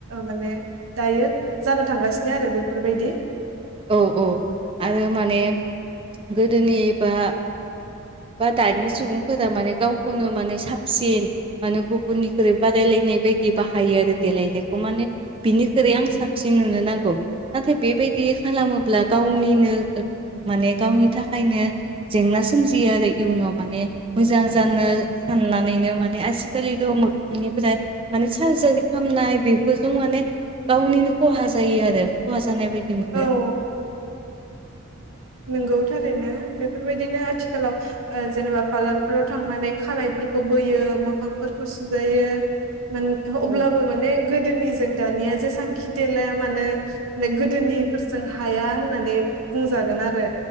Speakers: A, on the right (about 85°); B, on the right (about 25°).
A: माने दायो जानो थांगासिनो आरो बेफोरबायदि
B: औ-औ आरो माने गोदोनि बा बा दानि सुबुंफोरा माने गावखौनो माने साबसिन माने गुबुननिख्रुइ बादायलायनाय बायदि बाहायो आरो देलायनायखौ माने बिनिख्रुइ आं साबसिन नुनो नांगौ नाथाय बेबायदि खालामोब्ला गावनिनो माने गावनि थाखायनो जेंना सोमजियो आरो इयुनाव माने मोजां जानो साननानैनो माने आजिखालिथ' मोखांनिफ्राय माने सार्जारि खालामनाय बेफोरजों माने गावनिनो खहा जायो आरो खहा जानाय बायदि मोनो
A: औ नंगौथारैनो बेफोरबायदिनो आथिखालाव ओ जेनेबा पार्लारफोराव थांनानै खानायफोरखौ बोयो मोखांफोरखौ सुजायो मान अब्लाबो
B: औ
A: माने गोदोनि जों दानिया जेसांखि देलाया मानो ओ गोदोनि फोरजों हाया होननानै बुंजागोन आरो